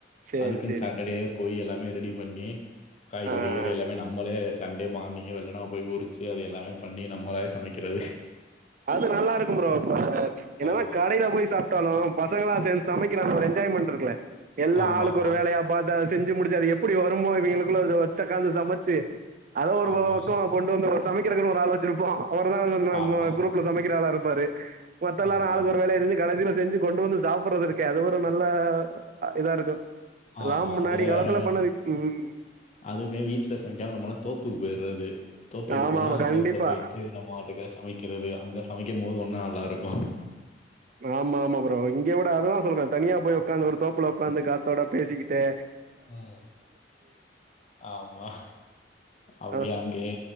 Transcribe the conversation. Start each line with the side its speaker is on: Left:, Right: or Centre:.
Right: சேரி
Left: அதுக்குன்
Right: சேரி
Left: சேட்டடேவே போயி எல்லாமே ரெடி பண்ணி காய்கறி
Right: ஆ
Left: கிறி எல்லாமே நம்மளே சண்டே மார்னிங்கே வெள்ளனாவ் போய் உறிச்சு அது எல்லாமே பண்ணி நம்மளாவே சமைக்கிறது
Right: அது நல்லா இருக்கும் ப்ரோ அ என்னதா
Left: ஆமா
Right: கடையில போய் சாப் டாலு பசங்களா சேந் சமைக்கிற அந்த ஒரு என்ஜாய்மெண்ட் இருக்குல எல்லா
Left: ஆமா
Right: ஆளுக்கு
Left: ஆமா
Right: ஒரு வேலையா பாத்தா செஞ்சு முடிச்சு அது எப்படி வருமோ இவிங்கிளுக்குள்ள அத வெச்சக்காந்து சமச்சு அத ஒரு
Left: ஆமா
Right: பக்கோ வெக்கவு கொண்டு வந்து ஒ சமைக்கிறக்கின்னு ஒரு ஆள் வெச்சிருப்போ அவர் தா நம்ம
Left: ஆமா
Right: குரூப்ல சமைக்கிற ஆளா இருப்பாரு மத்தெல்லாரு
Left: ஆமா
Right: ஆளுக்கொரு வேலய செஞ்சு கடைசில செஞ்சு கொண்டு வந்து சாப்பிட்றது இருக்கே அது ஒரு நல்ல அ இதா இருக்கு எல்லாம்
Left: ஆமா
Right: முன்னாடி
Left: அதுல
Right: காலத்துல
Left: வேற
Right: பண்ணது இப் ம்
Left: அதுவுமே வீட்ல சமைக்காம நம்மெல்லா தோப்புக்கு போய்றது தோப்புக்கு
Right: ஆமா
Left: போனா
Right: ஆமா கண்டிப்பா
Left: தோப்புல போய்ட்டு நம்மாட்டுக்கு சமைக்கிறது அங்க சமைக்கும் போது உன்னு நல்லாருக்கு
Right: ஆமா ஆமா ப்ரோ இங்க விட அததா சொல்றே தனியா போய் உக்காந்து ஒரு தோப்புல உக்காந்து காத்தோட பேசிக்கிட்டே
Left: ஆ ஆமா அப்டியே
Right: அ
Left: அங் கியே